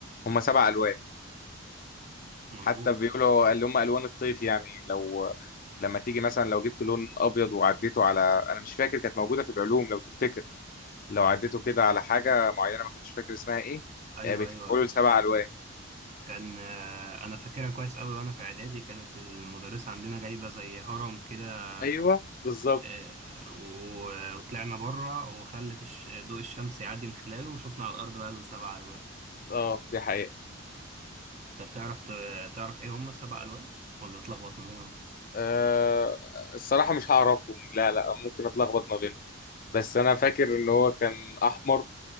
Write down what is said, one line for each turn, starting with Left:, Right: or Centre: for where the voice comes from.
Left: هم سبع الوان
Right: مظبوط
Left: حتى بيقولوا اللي هم الوان الطيف يعني لو لما تيجي مثلا لو جبت لون ابيض وعديته على انا مش فاكر كانت موجوده في العلوم لو تفتكر لو عديته كده على حاجه معينه ما كنتش فاكر اسمها ايه
Right: ايوه
Left: آه، بيتحولوا
Right: ايوه
Left: لسبع الوان
Right: كان آه، انا فاكرها كويس قوي وانا في اعدادي كانت المدرسة عندنا جايبة زي هرم كده
Left: ايوه بالظبط
Right: آه، و- وطلعنا بره وخلت الش- ضوء الشمس يعدي من خلاله وشفنا على الأرض بقى السبع ألوان
Left: اه دي حقيقه
Right: طب تعرف ت- تعرف إيه هم السبع ألوان ولا اتلخبط ما بينهم؟
Left: أه الصراحه مش هعرفهم لا لا ممكن اتلخبط ما بينهم بس انا فاكر ان هو كان احمر